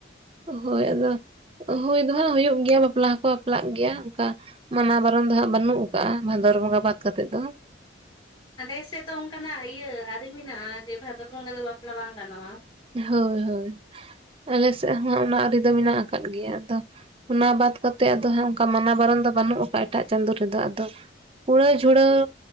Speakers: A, on the right (about 30°); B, on the left (about 25°).
A: ᱦᱳᱭ, ᱟᱫᱚ ᱦᱩᱭ ᱫᱚ ᱦᱟᱸᱜ ᱦᱩᱭᱩᱜ ᱜᱮᱭᱟ ᱵᱟᱯᱞᱟ ᱦᱚᱸᱠᱚ ᱵᱟᱯᱞᱟᱜ ᱜᱮᱭᱟ ᱚᱱᱠᱟ ᱾ ᱢᱟᱱᱟ ᱵᱟᱨᱚᱱ ᱫᱚ ᱦᱟᱸᱜ ᱵᱟᱹᱱᱩᱜ ᱟᱠᱟᱜᱼᱟ ᱵᱷᱟᱫᱚᱨ ᱵᱚᱸᱜᱟ ᱵᱟᱫ ᱠᱟᱛᱮ ᱫᱚ ᱾
B: ᱟᱞᱮ ᱥᱮᱫ ᱫᱚ ᱚᱱᱠᱟ ᱱᱟᱜ ᱤᱭᱟᱹ ᱟᱹᱨᱤ ᱢᱮᱱᱟᱜᱼᱟ ᱡᱮ, ᱵᱷᱟᱫᱚᱨ ᱵᱚᱸᱜᱟ ᱫᱚ ᱵᱟᱯᱞᱟ ᱵᱟᱝ ᱜᱟᱱᱚᱜᱼᱟ ᱾
A: ᱦᱳᱭ ᱦᱳᱭ, ᱟᱞᱮ ᱥᱮᱫ ᱦᱚᱸ ᱚᱱᱟ ᱟᱹᱨᱤ ᱫᱚ ᱢᱮᱱᱟᱜ ᱟᱠᱟᱫ ᱜᱮᱭᱟ ᱟᱫᱚ ᱾ ᱚᱱᱟ ᱵᱟᱫ ᱠᱟᱛᱮ ᱟᱫᱚ ᱦᱟᱸᱜ ᱚᱱᱠᱟ ᱢᱟᱱᱟ ᱵᱟᱨᱚᱱ ᱫᱚ ᱵᱟᱹᱱᱩᱜ ᱠᱟᱟ ᱮᱴᱟᱜ ᱪᱟᱸᱫᱚ ᱨᱮᱫᱚ ᱟᱫᱚ ᱠᱩᱲᱟ ᱡᱷᱩᱲᱟᱣ